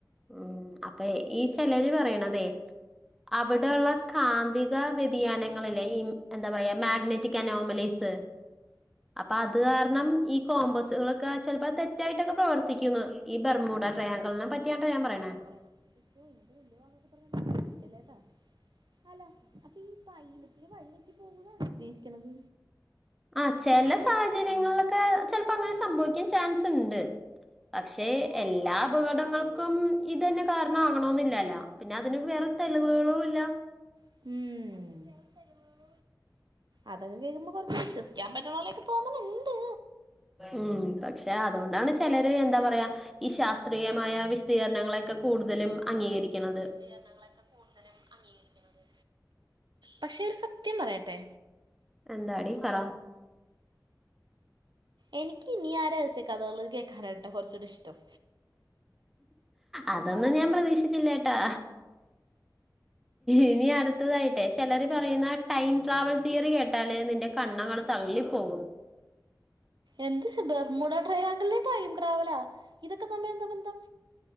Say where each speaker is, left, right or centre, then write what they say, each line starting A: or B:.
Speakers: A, in the centre; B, on the right.
A: ഉം അപ്പ ഈ ചിലര് പറയണതെ അവിടെള്ള കാന്തിക വ്യതിയാനങ്ങളിലെ ഈ എന്താ പറയാ മാഗ്നറ്റിക് അനോമലൈസ് അപ്പൊ അത് കാരണം ഈ കോംബസുകളൊക്കെ ചിലപ്പോ അത് തെറ്റായിട്ടൊക്കെ പ്രവർത്തിക്കുന്നത്. ഈ ബെർമുഡ ട്രയാങ്കിളിനെ പറ്റിയാട്ടോ ഞാൻ പറണേ
B: <inaudible> പൈലേറ്റിന് വഴി തെറ്റി പോവുന്നാണോ ഉദ്ദേശിക്കണത്
A: ആഹ് ചില സാഹചര്യങ്ങളിലൊക്കെ ചിലപ്പോ അങ്ങനെ സംഭവിക്കാൻ ചാൻസ് ഉണ്ട്. ശേ എല്ലാ അപകടങ്ങൾക്കും. ഇതന്നെ കാരണം അവണോനില്ലല്ലോ പിന്നെ അതിന് വേറെ തെളിവുകളുല്ല.
B: ഉം അതൊക്കെ കേൾക്കുമ്പോ കുറച്ച് വിശ്വസിക്കാൻ പറ്റണപോലൊക്കെ തോന്നണുണ്ട്.
A: ഉം പക്ഷെ അതുകൊണ്ടാണ് ചിലര് എന്താ പറയാ ഈ ശാസ് ത്രീയമായ വിശദീകരണങ്ങളൊക്കെ കൂടുതലും അംഗീകരിക്കണത്
B: ത്രിയരണങ്ങളൊക്കെ കൂടുതലുംഅംഗീകരിക്കണത് പക്ഷെ ഒരു സത്യം പറയട്ടെ
A: എന്താടി പറ
B: എനിക്ക് ഇനി ആഹ് രഹസ്യ കഥകള് കേക്കാനാട്ടോ കുറച്ചുടി ഇഷ്ടം.
A: അതൊന്നും ഞാൻ പ്രതീക്ഷിച്ചില്ല ട്ടാ ഇനി അടുത്തതായിട്ടേ ചിലര് പറയുന്ന ടൈം ട്രാവൽ തിയറി കേട്ടാല് നിന്റെ കണ്ണങ്ങള് തള്ളിപ്പോകും
B: എന്ത് ബർമൂഡാട്രയാങ്കളിലെ ടൈം ട്രാവലോ ഇതൊക്കെ തമ്മിൽ എന്താ ബന്ധം?